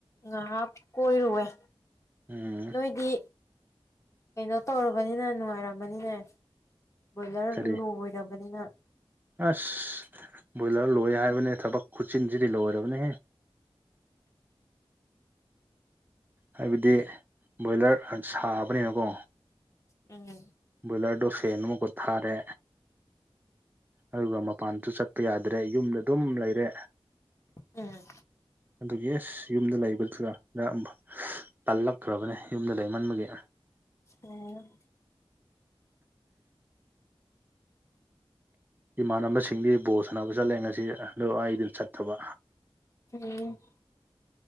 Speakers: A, on the left (about 30°); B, on the right (about 20°).
A: ꯉꯍꯥꯛ ꯀꯣꯏꯔꯨꯑꯦ
B: ꯎꯝ
A: ꯅꯣꯏꯗꯤ ꯀꯩꯅꯣ ꯇꯧꯔꯕꯅꯤꯅ ꯅꯨꯡꯉꯥꯏꯔꯝꯒꯅꯤꯅꯦ ꯕꯣꯏꯂꯔ
B: ꯀꯔꯤ
A: ꯂꯣꯏꯔꯕꯅꯤꯅ
B: ꯑꯁ ꯕꯣꯏꯂꯔ ꯂꯣꯏ ꯍꯥꯏꯕꯅꯦ ꯊꯕꯛ ꯈꯨꯆꯤꯟꯁꯤꯗꯤ ꯂꯣꯏꯔꯕꯅꯦꯍꯦ ꯍꯥꯏꯕꯗꯤ ꯕꯣꯏꯂꯔ ꯑꯥ ꯁꯥꯕꯅꯦꯅꯀꯣ
A: ꯎꯝ
B: ꯕꯣꯏꯂꯔꯗꯣ ꯐꯦꯟ ꯑꯃꯨꯛꯀ ꯊꯥꯔꯦ ꯑꯗꯨꯒ ꯃꯄꯥꯟꯁꯨ ꯆꯠꯄ ꯌꯥꯗ꯭ꯔꯦ ꯌꯨꯝꯗ ꯗꯨꯝ ꯂꯩꯔꯦ
A: ꯎꯝ
B: ꯑꯗꯨꯒꯤ ꯑꯦꯁ ꯌꯨꯝꯗ ꯂꯩꯕꯗꯨ <unintelligible> ꯇꯜꯂꯛꯈ꯭ꯔꯕꯅꯦ ꯌꯨꯝꯗ ꯂꯩꯃꯟꯕꯒꯤ
A: ꯎꯝ
B: ꯏꯃꯥꯟꯅꯕꯁꯤꯡꯗꯤ ꯕꯣꯜ ꯁꯥꯟꯅꯕ ꯆꯠꯂꯦ ꯉꯁꯤ ꯑꯗꯨ ꯑꯩꯗꯤ ꯆꯠꯇꯕ
A: <unintelligible>